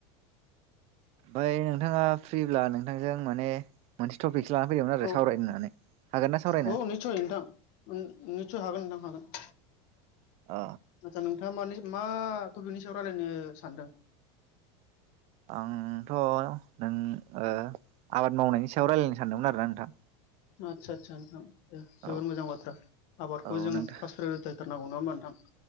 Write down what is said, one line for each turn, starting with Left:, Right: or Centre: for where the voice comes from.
Right: ओमफ्राय नोंथाङा फ्रिब्ला नोंथांजों माने मोनसे टपिक लानानै फैयदोंमोन आरो
Left: औ
Right: सावरायनो होननानै हागोन ना सावरायनो
Left: औ निसय नोंथां निसय हागोन नोंथां हागोन
Right: अ
Left: आदसा नोंथाङा मने मा टपिकनि सायाव रायलायनो सानदों?
Right: आंथ' नों ऐ आबाद मावनायनि सायाव रायलायनो सानदोंमोन आरोना नोंथां
Left: आदसा आदसा नोंथां दे जोबोर
Right: औ
Left: मोजां बाथ्रा आबादखौ
Right: औ
Left: जों
Right: नोंथां
Left: फास्थ होथारनांगौ नङा होनबा‌ नोंथां